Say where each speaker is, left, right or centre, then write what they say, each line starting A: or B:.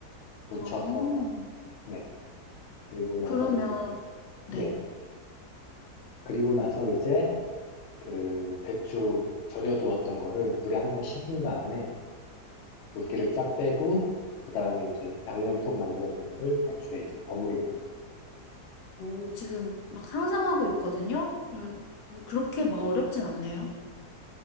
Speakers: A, on the left; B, on the left.
A: 무쳐서
B: 어,
A: 네. 그리고 나서
B: 그러면,
A: 이제
B: 네.
A: 네. 그리고 나서 이제 그 배추 절여두었던 거를 물에 한번 씻은 다음에 물기를 쫙 빼고 그 다음에 이제 양념 속 만들어둔 거를 배추에 이제 버무리는 거죠.
B: 오, 지금 막 상상하고 있거든요? 그- 그- 그렇게 막 어렵진 않네요.